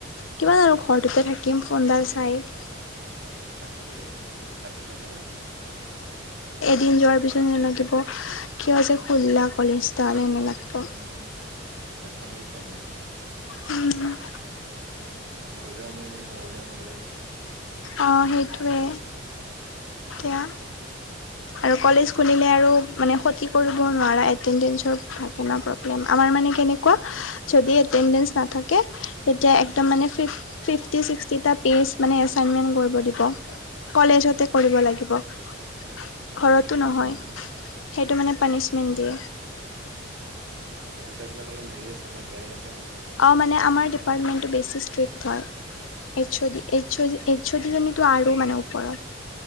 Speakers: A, on the left; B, on the right.
A: কিমান আৰু
B: উম
A: ঘৰটোতে থাকিম। <unintelligible>
B: তাকে অশান্তি লাগে বাৰু।
A: দিন যোৱাৰ পিছত ন লাগিব কিয় যে খোলা কলেজডাল এনে লাগিব।
B: উম এফালে উপায় নাই।
A: উম।
B: গলেও আমনি লাগে নগলেও আমনি লাগে।
A: অ সেইটোৱে এয়া আৰু কলে খুলিলে আৰু মানে ক্ষতি কৰিব নোৱাৰা এটেণ্ডেঞ্চৰ থাকে না প্ৰব্লেম। আমাৰ মানে কেনেক কোৱা যদি
B: অ,
A: এটেণ্ডেঞ্চ নাথাকে তেতিয়া একদ
B: আচ্ছা
A: মানে ফিফটি চিক্সষ্টিটা পেজ মানে এছাইনমেণ্ট কৰিব দিব। কলেজতে কৰিব লাগিব। ঘৰতো নহয়।
B: উম,
A: সেইটো মানে পানিচমেন্ট দিয়ে।
B: প্ৰফেচাৰ বিলাক অলপ হেৰি আছে ন, কেৰেক আছে মানে।
A: অ মানে আমাৰ ডিপাৰ্টমেন্টটো বেছি ষ্ট্ৰিক্ট হয়,
B: উম,
A: H O D H O D H O D জনীটো আৰু মানে ওপৰত।